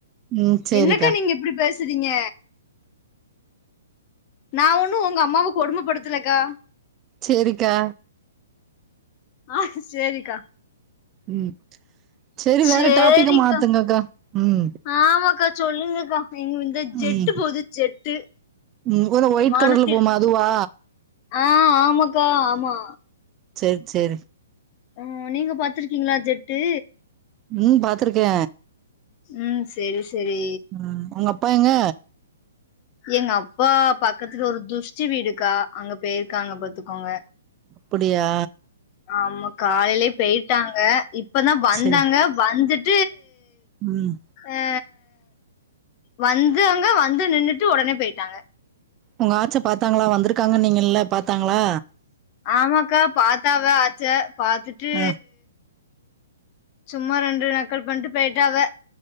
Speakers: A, on the right; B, on the left.
A: ம் சேரிக்கா
B: என்னக்கா நீங்க இப்புடி பேசுறீங்க நா ஒன்னு உங்க அம்மாவ கொடுமப்படுத்துலக்கா
A: சேரிக்கா
B: ஆ சேரிக்கா
A: ம் செரி வேற
B: சரிக்கா
A: டாபிக்க மாத்துங்கக்கா ம்
B: ஆமாக்கா சொல்லுங்கக்கா இங்க வந்து ஜெட்டு
A: ம்
B: போது ஜெட்டு
A: ம் ஒரு ஒயிட்
B: வானத்தில்
A: கலர்ல போமா அதுவா
B: ஆ ஆமாக்கா ஆமா
A: செரி செரி
B: ம் நீங்க பாத்துருக்கீங்களா ஜெட்டு
A: ம் பாத்திருக்க
B: ம் செரி செரி
A: ம் உங்க அப்பா எங்க
B: எங்க அப்பா பக்கத்துல ஒரு துஷ்டி வீடுக்கா அங்க போயிருக்காங்க பாத்துக்கோங்க
A: அப்புடியா
B: ஆமா காலைலயே பேயிட்டாங்க இப்பதா வந்தாங்க
A: செரி
B: வந்துட்
A: ம்
B: அ வந்தாங்க வந்து நின்னுட்டு ஒடனே போயிட்டாங்க
A: உங்க ஆச்ச பாத்தாங்ளா வந்திருக்காங்கன்னீங்ளே பாத்தாங்ளா
B: ஆமாக்கா பாத்தாவ ஆச்ச பாத்துட்டு
A: ஆ
B: சும்மா ரெண்டு நக்கல் பண்ட்டு போய்ட்டாவ